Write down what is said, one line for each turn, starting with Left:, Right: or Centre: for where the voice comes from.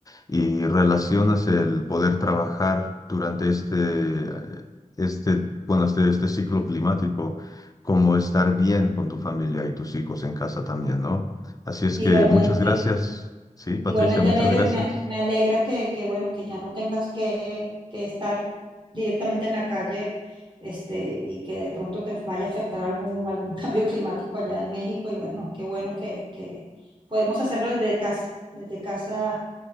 Left: y relacionas el poder trabajar durante este, eh, este, bueno, este, este ciclo climático, como estar bien con tu familia y tus hijos en casa también, ¿no? Así es
Right: Igualmente.
Left: que muchas gracias. Sí, Patricia,
Right: Igualmente,
Left: muchas
Right: Leiber,
Left: gracias.
Right: me, me alegra que, que, bueno, que ya no tengas que, que estar directamente en la calle, este, y que de pronto te vaya a afectar algún, algún <laughs> cambio climático allá en México. Y bueno, qué bueno que, que podemos hacerlo desde casa. Desde casa,